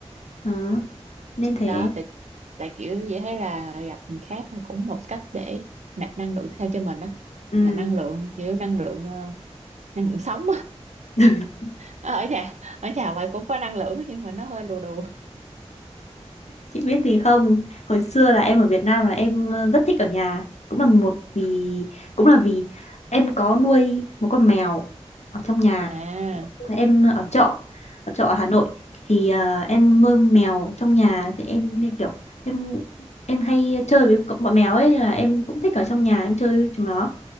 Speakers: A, on the left; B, on the right.
A: Đó. nên thế
B: đó tại, tại kiểu chị thấy là gặp người khác là cũng một cách để nạp năng lượng thêm cho mình á
A: ừ.
B: là năng lượng kiểu năng lượng ờ, năng lượng sống
A: <laughs>
B: Ờ, ở nhà ở nhà vậy cũng có năng lượng nhưng mà nó hơi lù đù
A: chị biết gì không hồi xưa là em ở Việt Nam là em ờ, rất thích ở nhà cũng là một vì cũng là vì em có nuôi một con mèo ở trong nhà
B: à
A: em ở trọ ở trọ ở Hà Nội thì à, em nuôi mèo trong nhà thì em nên kiểu em em hay chơi với cậu- bọn mèo ấy nên là em cũng thích ở trong nhà em chơi với chúng nó